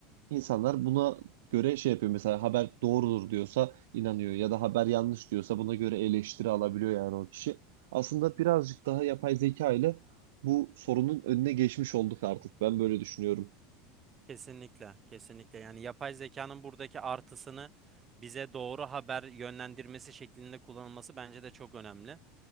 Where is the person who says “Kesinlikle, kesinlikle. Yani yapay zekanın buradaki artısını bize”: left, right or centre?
Right